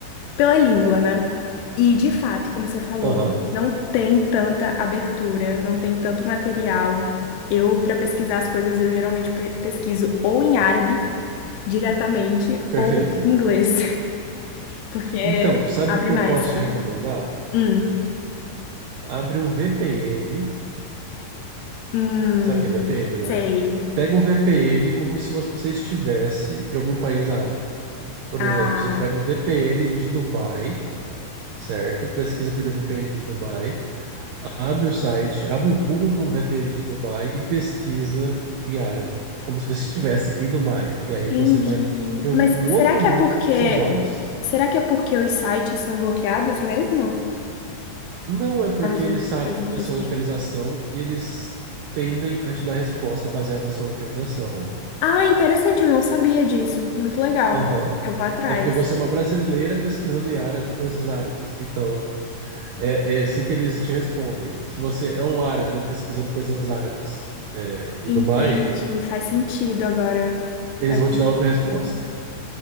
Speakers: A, on the left (about 80°); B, on the right (about 85°).
A: pela língua, né? E de fato, como você falou,
B: Aham,
A: não tem tanta abertura, não tem tanto material. Eu, para pesquisar as coisas, eu geralmente pe- pesquiso ou em árabe diretamente
B: perfeito.
A: ou em inglês. Porque
B: Então, sabe
A: abre
B: o que
A: mais,
B: eu posso
A: sabe?
B: te recomendar?
A: Hum,
B: Abre um VPN,
A: hum,
B: sabe o que é VPN, né?
A: sei.
B: Pega um VPN como se você estivesse em algum país árabe. Por
A: Ah,
B: exemplo, você pega um VPN de Dubai, certo? Pesquisa por VPN de Dubai. Abre o site, abre o Google com VPN de Dubai e pesquisa em árabe, como se você estivesse em Dubai. E aí
A: entendi.
B: você vai ter um,
A: Mas
B: um outro
A: será que
B: mundo
A: é porque.
B: para seus olhos.
A: Será que é porque os sites são bloqueados mesmo?
B: Não é porque
A: As
B: eles
A: outras,
B: sabem
A: as outras...
B: a sua
A: regiões?
B: localização e eles tendem a te dar resposta baseada na sua localização.
A: Ah, interessante, eu não sabia disso. Muito legal.
B: Aham.
A: Eu vou atrás.
B: É porque você é uma brasileira pesquisando em árabe coisas árabes. Então, é, é assim que eles te respondem. Se você é um árabe pesquisando coisas árabes, é,
A: Entendi,
B: em Dubai,
A: faz sentido agora.
B: eles
A: Faz
B: vão te dar outra resposta.
A: sentido.